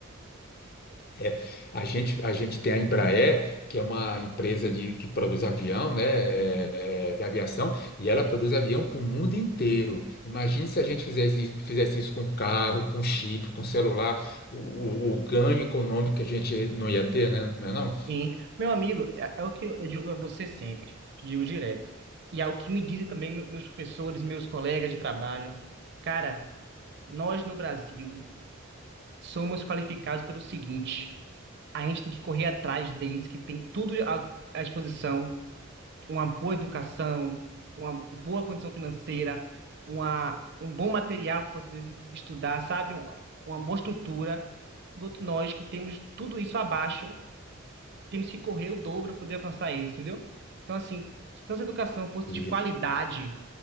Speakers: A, on the left; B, on the right.
A: é, a gente, a gente tem a Embraer, que é uma empresa de, que produz avião, né, é, é, de aviação, e ela produz avião para o mundo inteiro. Imagine se a gente fizesse, fizesse isso com carro, com chip, com celular, o, o, o ganho econômico que a gente não ia ter, né? Não é não?
B: Sim, meu amigo, é, é o que eu digo a você sempre, te digo direto. E é o que me dizem também me- meus professores, meus colegas de trabalho. Cara, nós no Brasil somos qualificados pelo seguinte: a gente tem que correr atrás deles, que tem tudo à, à disposição, uma boa educação, uma boa condição financeira, uma, um bom material para poder estudar, sabe? Uma boa estrutura. Enquanto nós que temos tudo isso abaixo temos que correr o dobro para poder alcançar eles, entendeu? Então, assim, se nossa educação fosse
A: Isso.
B: de qualidade,